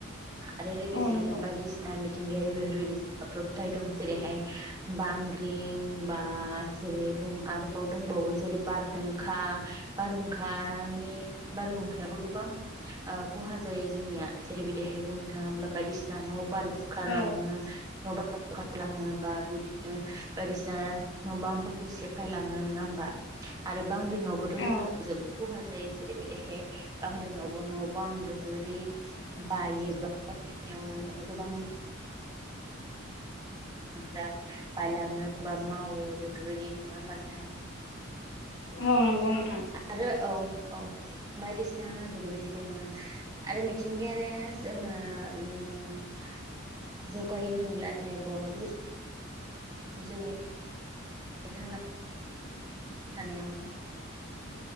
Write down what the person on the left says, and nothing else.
औ नंगौ
औ
औ
औ नंगौ नोंथां